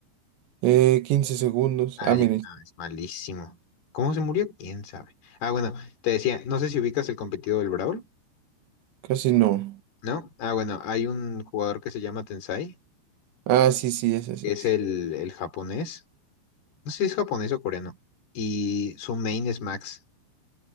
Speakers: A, on the right; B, on the left.
A: Eh, 15 segundos.
B: Ah,
A: Ah,
B: ya,
A: mire,
B: no, es malísimo. ¿Cómo se murió? ¿Quién sabe? Ah, bueno, te decía, no sé si ubicas el competido del Brawl,
A: casi no.
B: ¿no? Ah, bueno, hay un jugador que se llama Tensai,
A: Ah, sí, sí, ese sí
B: que es
A: es.
B: el, el japonés, no sé si es japonés o coreano, y su main es Max.